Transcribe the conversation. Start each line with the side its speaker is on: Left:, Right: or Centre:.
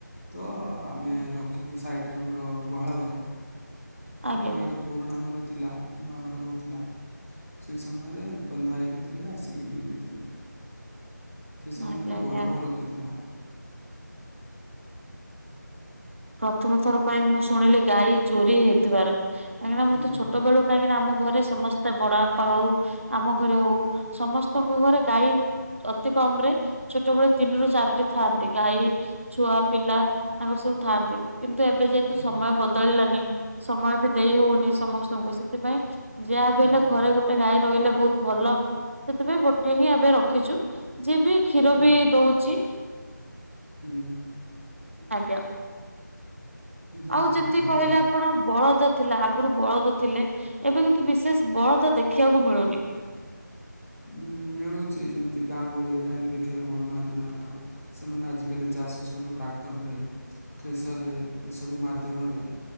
Left: ତ ଆମେ ରଖିକି ସାଇଡରେ ଆମର ଗୁହାଳ ଘର
Right: ଆଜ୍ଞା
Left: ରଖିକି ଆଗରୁ ପୁରୁଣା ଘର ଥିଲା ନୂଆ ଘର ହଉଥିଲା। ସେଇ ସମୟରେ ବନ୍ଧା ହେଇକି ଥିଲେ ଆସିକି ନେଇଯାଇଥିଲେ। ସେ ସମୟରେ
Right: ଆଜ୍ଞା ଆଜ୍ଞା
Left: ବଡ଼ ବୋଉ ରଖିଥିଲା।
Right: ପ୍ରଥମ ଥର ପାଇଁ ମୁଁ ଶୁଣିଲି ଗାଈ ଚୋରି ହେଇଥିବାର କାହିଁକିନା
Left: ହୁଁ
Right: ମୁଁ ତ ଛୋଟ ବେଳୁ କାହିଁକିନା ଆମ ଘରେ ସମସ୍ତେ ତେ ବଡ ବାପା ହଉ ଆମ ଘରେ ହଉ ସମସ୍ତଙ୍କ ଘରେ ଗାଈ ଅ ତି କମ ରେ ଛୋଟବେଳେ ତିନି ରୁ ଚାରିଟି ଥାଆନ୍ତି ଗାଈ ଛୁଆ ପିଲା ତାଙ୍କର ସବୁ ଥାନ୍ତି। କିନ୍ତୁ ଏବେ ଯେହେତୁ
Left: ହୁଁ
Right: ସମୟ ବଦଳିଲାନି ସମୟ ବି ଦେଇ ହଉନି ସମସ୍ତଙ୍କୁ ସେଥିପାଇଁ ଯାହା ବି
Left: ହୁଁ
Right: ହେଲେ ଘରେ ଗୋଟେ ଗାଈ ରହିଲେ ବହୁତ ଭଲ ସେଥିପାଇଁ ଗୋଟିଏ ହିଁ ଏବେ ରଖିଛୁ। ଯିଏ ବି କ୍ଷୀର
Left: ହୁଁ
Right: ବି ଦଉଚି।
Left: ହୁଁ ହୁଁ।
Right: ଆଜ୍ଞା।
Left: ଯାହା
Right: ଆଉ
Left: ହଉ
Right: ଯେମିତି
Left: ଭଲ।
Right: କହିଲେ ଆପଣ ବଳଦ ଥିଲା ଆଗରୁ ବଳଦ ଥିଲେ ଏବେ କିନ୍ତୁ ବିଶେଷ ବଳଦ ଦେଖିବାକୁ ମିଳୁନି।
Left: ହୁଁ ମିଳୁଚି ଯେମିତି ଗାଁ ଗହଳିରେ କାହିଁକି ଦେଖିବାକୁ ମିଳୁନାହାନ୍ତି ନାଁ। ସେମାନେ ଆଜିକାଲି ଚାଷ ସବୁ ଟ୍ରାକ୍ଟର ରେ ଟ୍ରେଜରରେ ଏସବୁ ମାଧ୍ୟମରେ